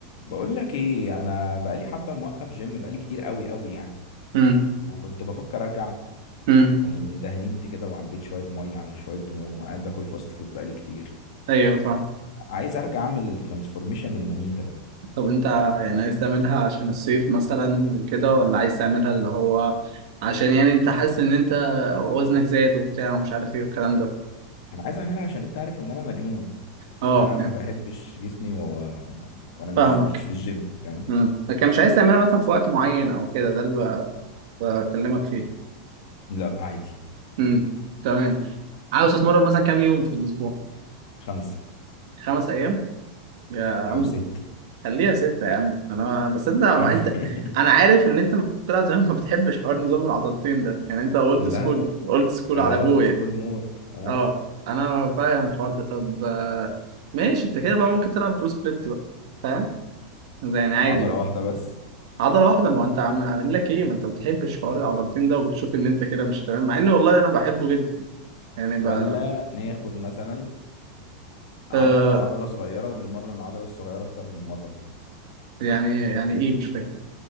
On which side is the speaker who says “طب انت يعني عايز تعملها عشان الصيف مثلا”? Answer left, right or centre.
Right